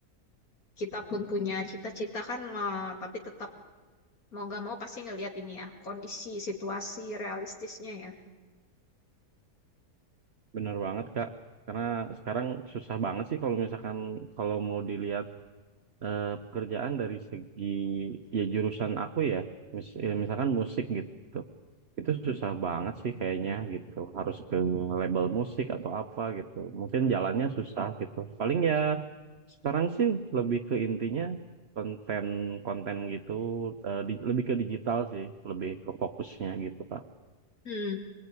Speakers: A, on the left; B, on the right.
A: kita pun punya cita-cita kan ma- tapi tetap mau nggak mau pasti ngelihat ini ya kondisi situasi realistisnya ya.
B: Bener banget, Kak. Karena sekarang susah banget sih kalau misalkan kalau mau dilihat eh, pekerjaan dari segi ya jurusan aku ya, mis- ya, misalkan musik gitu. itu susah banget sih kayaknya gitu harus ke label musik atau apa gitu mungkin jalannya susah gitu paling ya sekarang sih lebih ke intinya konten konten gitu eh, di- lebih ke digital sih lebih ke fokusnya gitu Pak
A: Hmm.